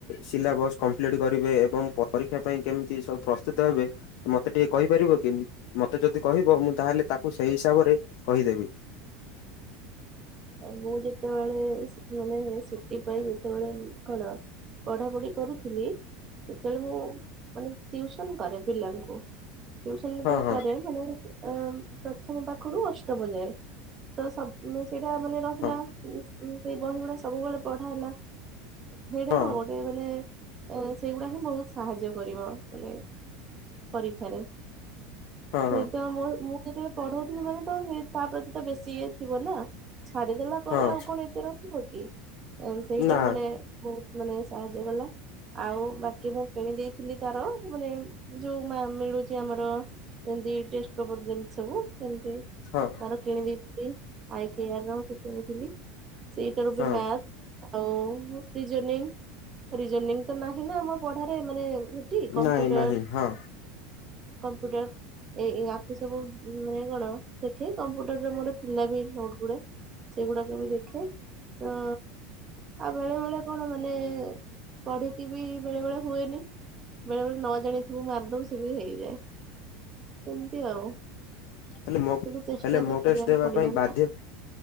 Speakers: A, on the left (about 55°); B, on the right (about 20°).
A: ସିଲାବସ କମ୍ପ୍ଲିଟ କରିବେ। ଏବଂ ପରୀକ୍ଷା ପାଇଁ କେମିତି ସବୁ ପ୍ରସ୍ତୁତ ହେବେ। ମତେ ଟିକେ କହିପାରିବ କି? ମତେ ଯଦି କହିବ, ମୁଁ ତାହେଲେ ତାକୁ ସେଇ ହିସାବରେ କହିଦେବି।
B: ମୁଁ ଯେତେବେଳେ ମାନେ ସିଟି ପାଇଁ ଯେତେବେଳେ କଣ ପଢାପଢି କରୁଥିଲି, ସେତେବେଳେ ମୁଁ ମାନେ ଟ୍ୟଉସନ୍ କରେ ପିଲାଙ୍କୁ। ଟ୍ୟଉସନ୍ ଯେତେବେଳେ
A: ହଁ ହଁ
B: କରେ ମାନେ ଅ ପ୍ରଥମ ପାଖରୁ ଅଷ୍ଟମ ଯାଏ। ତ ସବ ସେଇଟା ମାନେ ରହିଲା।
A: ହଁ
B: ସେଇ ବହି ଗୁଡା ସବୁବେଳେ ପଢା ହେଲା। ସେଇଟା
A: ହଁ
B: କଣ? ଓଡ଼ିଆ ମାନେ ସେଇଗୁଡା ହିଁ ବହୁତ୍ ସାହାଯ୍ୟ କରିବ ମାନେ ପରୀକ୍ଷାରେ।
A: ହଁ
B: ସେଇ
A: ହଁ
B: ତ ମୁଁ ଯେତେବେଳେ ପଢଉଥିଲି। ମାନେ ତ ସେ ତା ପ୍ରତି ତ ବେଶୀ ଇଏ ଥିବ ନାଁ। ଛାଡିଦେଲା ପରେ
A: ହଁ
B: ଆଉ କଣ ଏତେ ରଖିବ କି? ସେଇଟା
A: ନା
B: ମାନେ ବହୁତ୍ ମାନେ ସାହାଯ୍ୟ କଲା। ଆଉ ବାକି ମୁଁ କିଣି ଦେଇଥିଲି ତାର ମାନେ ଯୋଉ ମିଳୁଚି ଆମର ଏମତି ଟେଷ୍ଟେ ପେପର୍ ଯେମିତି ସବୁ ସେମତି
A: ହଁ
B: ଆର୍ କିଣି ଦେଇଥିଲି। କ୍ୟାଆର୍ ର ଗୋଟେ କିଣିଥିଲି। ସେଇଟାରୁ ବି
A: ହଁ
B: ମ୍ୟାଥ୍। ଆଉ ରିଜନିଙ୍ଗ୍ ରିଜନିଙ୍ଗ୍ ତ ନାହିଁ ନାଁ ଆମ ପଢାରେ। ମାନେ କି କମ୍ପୁଟର
A: ନାଇଁ ନାହିଁ ହଁ
B: କମ୍ପ୍ୟୁଟର। ଏଇ ଆଖୁ ସବୁ ମାନେ କଣ ଦେଖେ କମ୍ପ୍ୟୁଟରରେ ମୋ ଥିଲା ବି ଭୋ ଗୁଡା ସେଗୁଡାକ ବି ଦେଖେ ତ ଆଉ ବେଳେ ବେଳେ କଣ? ମାନେ ପଢିକି ବି ବେଳେ ବେଳେ ହୁଏନି। ବେଳେ ବେଳେ ନ ଜାଣିଥିବୁ ମାରିଦବ, ସେ ବି ହେଇଯାଏ। ଏମିତି ଆଉ।
A: ହେଲେ ମୋ
B: କିନ୍ତୁ ଚେଷ୍ଟା
A: ହେଲେ
B: ତ
A: ମୋ
B: କରିବାକୁ
A: ଟେଷ୍ଟ ଦେବା
B: ପଡିବ
A: ପାଇଁ
B: ନା
A: ବାଧ୍ୟ